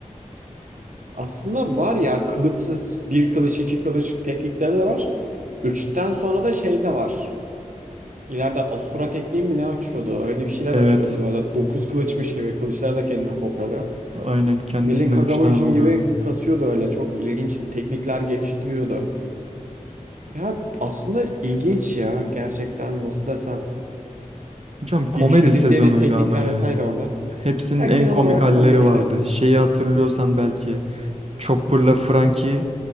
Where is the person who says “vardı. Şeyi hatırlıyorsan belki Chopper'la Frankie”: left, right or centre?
Right